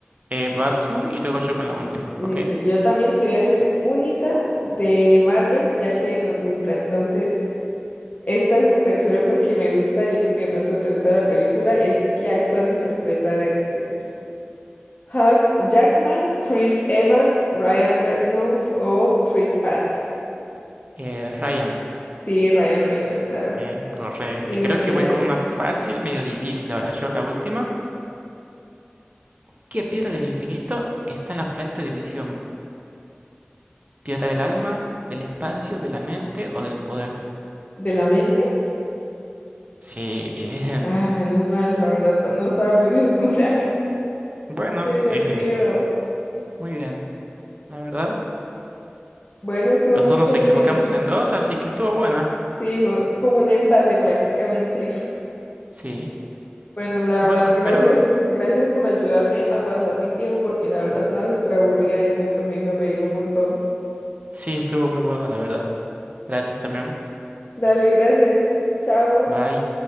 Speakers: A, on the right; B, on the left.
A: Eh, vas tú y luego yo con la última,
B: Listo,
A: ¿ok?
B: yo también te voy a hacer unita de Marvel, ya que nos gusta. Entonces, esta es súper chévere porque me gusta, yo creo que de pronto te gusta la película, es qué actor interpreta a Deadpool. Hugh Jackman, Chris Evans, Ryan Reynolds o Chris Pratt.
A: Eh, Ryan,
B: Sí, Ryan Reynolds, claro.
A: bien, correcto.
B: Inolvidable.
A: Y creo que voy con una fácil, medio difícil ahora. Yo, la última. ¿Qué piedra del infinito está en la frente de Visión? ¿Piedra del alma, del espacio, de la mente o del poder?
B: ¿De la mente?
A: Sí, bien.
B: Ah,
A: <laughs>
B: menos mal, la verdad, esta- no estaba muy <laughs> segura.
A: Bueno,
B: Qué divertido.
A: eh, muy bien. La verdad,
B: Bueno, estuvo
A: los
B: muy
A: dos
B: chévere.
A: nos equivocamos en dos, así que estuvo buena.
B: Sí, fue como un empate prácticamente.
A: Sí.
B: Bueno, la verdad,
A: Bueno, espero.
B: gracias, gracias por ayudarme a pasar mi tiempo porque la verdad estaba súper aburrida, entonces esto me hizo reír un montón.
A: Sí, estuvo muy buena, la verdad. Gracias también.
B: Dale, gracias. Chao.
A: Bye.